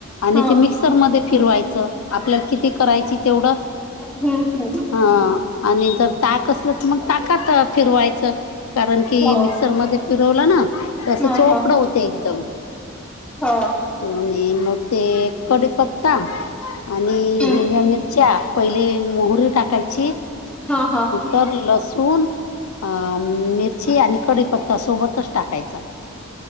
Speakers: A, on the left; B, in the centre.
A: आणि
B: हा
A: म्स र मध्ये फिरवायचं आपल्याला किती करायची तेवढं.
B: हम्म
A: हा आणि जर ताक असलं तर मग ताकात फिरवायचं. कारण की
B: हो
A: मिक्सरमध्ये पिरवलं ना तरं
B: ह
A: चोपडं
B: ह
A: होते एकदम.
B: ह
A: आणि मग ते कडीपत्ता आणि
B: हम्म
A: हिरव्या मिरच्या पहिले मोहरी टाकायची.
B: हा हा.
A: तर लसूणं अ मिर्ची आणि कडीपत्ता सोबतंच टाकांयंचा.